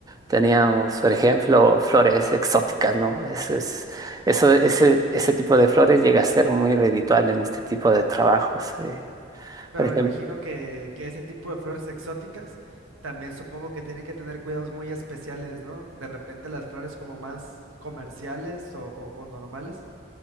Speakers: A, on the right; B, on the right.
A: teníamos, por ejemplo, flores exóticas, ¿no? Eso es, eso, ese, ese tipo de flores llega a ser muy redituable en este tipo de trabajos, eh,
B: Pero
A: Por ejemplo,
B: me imagino que, que ese tipo de flores exóticas también supongo que tiene que tener cuidados muy especiales, ¿no? De repente las flores como más comerciales o, o- o normales,